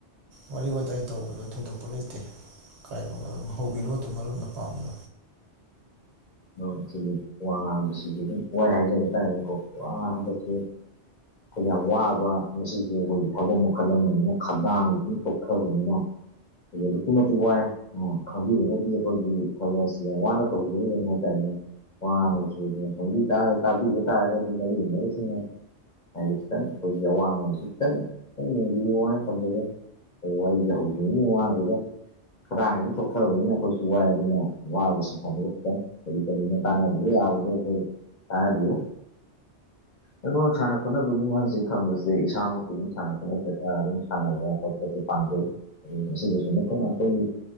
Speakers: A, on the right (about 70°); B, on the left (about 50°).
A: ꯋꯥꯔꯤ ꯋꯥꯋꯇꯥꯏ ꯇꯧꯕꯗ ꯊꯣꯏꯗꯣꯛꯄ ꯂꯩꯇꯦ ꯀꯥꯏꯕ ꯍꯧꯕꯤꯔꯛꯣ ꯑꯗꯨꯣ ꯃꯔꯨꯞꯅ ꯄꯥꯝꯝꯕꯣ
B: ꯎꯝ ꯁꯤꯒꯤ ꯋꯥ ꯉꯥꯡꯕꯁꯤꯗꯤ ꯑꯗꯨꯝ ꯋꯥꯏ ꯍꯥꯏꯖꯕ ꯇꯥꯔꯦꯅꯦꯀꯣ ꯋꯥ ꯉꯥꯡꯕꯁꯦ <inaudible> ꯑꯩꯈꯣꯏ ꯌꯥꯝ ꯋꯥꯕ ꯉꯁꯤꯁꯨ ꯑꯩꯈꯣꯏꯒꯤ ꯊꯕꯛ ꯃꯈꯜ ꯑꯃꯅꯤꯅ ꯈꯗꯥꯡꯒꯤ ꯑꯗꯨ ꯄꯣꯛꯊꯕꯅꯤꯅ ꯑꯗꯨꯛꯀꯤ ꯃꯇꯤꯛ ꯋꯥꯏ ꯑꯣ ꯈꯪꯕꯤꯔꯒꯗꯤ ꯑꯩꯈꯣꯏꯒꯤ ꯊꯕꯛ ꯑꯁꯤ ꯌꯥꯝ ꯋꯥꯅ ꯇꯧꯗꯅꯦ ꯍꯥꯏ ꯇꯥꯏꯅꯦ ꯄꯁ ꯊ ꯇ ꯇꯥꯕꯤ ꯇꯥ ꯀ ꯃ ꯁꯤꯅꯦ ꯍꯥꯏꯗꯤ ꯈꯤꯇꯪ ꯑꯩꯈꯣꯏꯁ ꯑꯋꯥꯕꯅꯨꯡꯕꯁꯤ ꯈꯤꯇꯪ ꯈꯤꯪ ꯌꯦꯡꯕꯤꯌꯨꯅ ꯊꯝꯖꯒꯦ ꯑꯣ ꯑꯩꯁ ꯍꯧꯗ꯭ꯔꯤꯅꯦ ꯋꯥꯡꯁꯤꯗ ꯀꯗꯥꯏ ꯍꯥꯏꯗꯅ ꯊꯣꯛꯊꯕꯅꯤꯅ ꯑꯩꯈꯣꯏꯁꯨ ꯋꯥꯏ ꯑꯗꯨꯅ ꯋꯥꯕꯁꯤ ꯛꯇꯪ ꯀꯔꯤ ꯀꯔꯤꯅ ꯇꯥꯟꯅꯕꯤꯌ ꯌꯥꯕꯗ ꯑꯩꯈꯣꯏ ꯇꯥꯟꯅꯕꯤꯌꯨ ꯑꯣ ꯁꯥꯟꯅ ꯈꯣꯠꯅꯕꯒꯤ ꯃꯁꯤ ꯊꯝꯕꯁꯦ ꯏꯁꯥꯃꯛꯁꯨ ꯑꯗꯨꯝ ꯁꯥꯟꯅ ꯈꯣꯠꯅꯕ ꯑꯗꯨꯝ ꯁꯥꯟꯅꯕ ꯈꯣꯠꯄꯁ ꯄꯥꯝꯖꯩ ꯃꯁꯤꯗꯁꯨ ꯅꯠꯇꯅ ꯑꯩꯈꯣꯏꯒꯤ